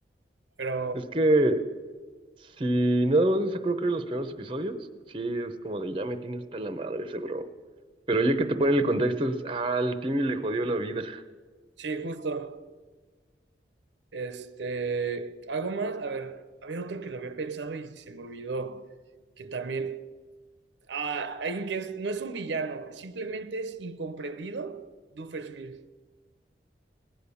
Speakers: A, on the right; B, on the right.
A: Pero,
B: Es que si nada más eso creo que eran los primeros episodios, sí es como de ya me tiene hasta la madre ese bro. Pero
A: mm,
B: ya que te ponen el contexto, es, ah, al Timmy le jodió la vida.
A: sí, justo. Este, algo más, a ver, había otro que lo había pensado y se me olvidó, que también, ah, alguien que es- no es un villano, simplemente es incomprendido, Doofenshmirtz.